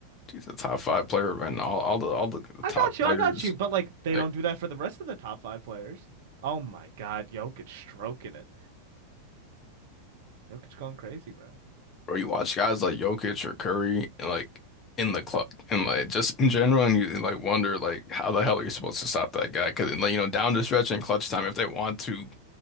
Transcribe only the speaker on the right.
I
got you,
I got you. But like they
don't do that for the rest of the top five players. Oh my God, Jokic stroking it. Jokic going crazy, bro.